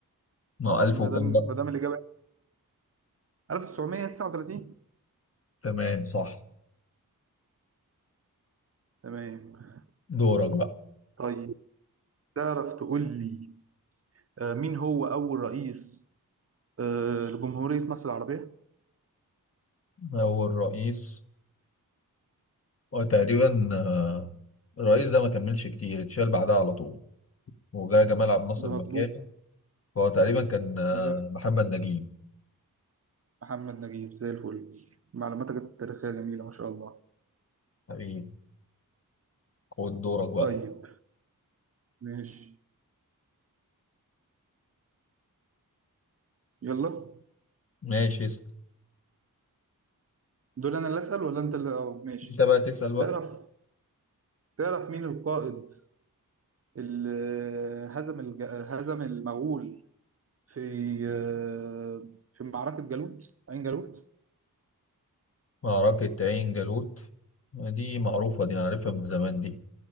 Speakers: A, on the left; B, on the right.
A: ما هو ألف
B: ما
A: وكام
B: دام
A: بقى
B: ما دام الاجابه 1939
A: تمام صح
B: تمام
A: دورك بقى
B: طيب تعرف تقول لي آه، مين هو أول رئيس آه، لجمهورية مصر العربية؟
A: أول رئيس هو تقريبا آه، الرئيس ده ما كملش كتير اتشال بعدها على طول وجا جمال عبد الناصر
B: مظبوط
A: مكانه فهو تقريبا كان آه،
B: مدير
A: محمد نجيب
B: محمد نجيب زي الفل معلوماتك التاريخية جميلة ما شاء الله
A: حبيبي خد دورك بقى
B: طيب ماشي يلا
A: ماشي اسأل
B: دول أنا اللي أسأل ولا أنت اللي أه ماشي
A: انت بقى تسأل بقى
B: تعرف تعرف مين القائد اللي هزم الج... هزم المغول في آه، في معركة جالوت عين جالوت؟
A: معركة عين جالوت دي معروفة دي أنا عارفها من زمان دي